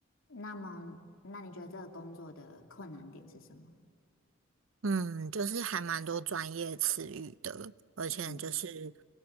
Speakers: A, on the left (about 80°); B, on the right (about 75°).
A: 那么，那你觉得这个工作的困难点是什么？
B: 嗯，就是还蛮多专业词语的，而且就是
A: 嗯